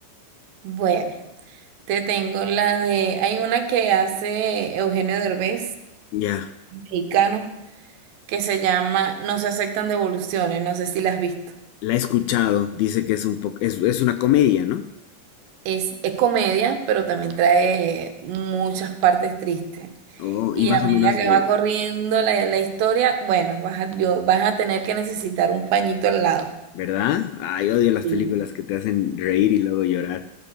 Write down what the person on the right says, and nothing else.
Bueno. Te tengo la de, hay una que hace Eugenio Derbez,
mexicano, que se llama No se aceptan devoluciones, no sé si la has visto.
Es, es comedia, pero también trae muchas partes tristes.
Y
a medida
que
va corriendo la, la historia, bueno, vas a, yo, vas a tener que necesitar un pañito al lado.
Sí.